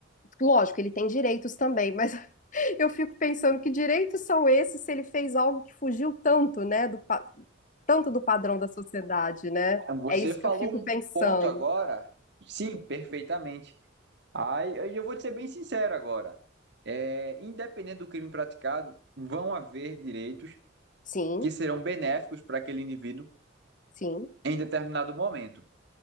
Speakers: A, on the left; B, on the right.
A: Lógico, ele tem direitos também, mas <laughs> eu fico pensando que direitos são esses se ele fez algo que fugiu tanto, né, do pa- tanto do padrão da sociedade, né?
B: Você
A: É isso
B: falou
A: que eu fico
B: um
A: pensando.
B: ponto agora Sim, perfeitamente. Aí aí eu vou te ser bem sincero agora. É, independente do crime praticado, vão haver direitos
A: Sim,
B: que serão benéficos para aquele indivíduo
A: sim,
B: em determinado momento.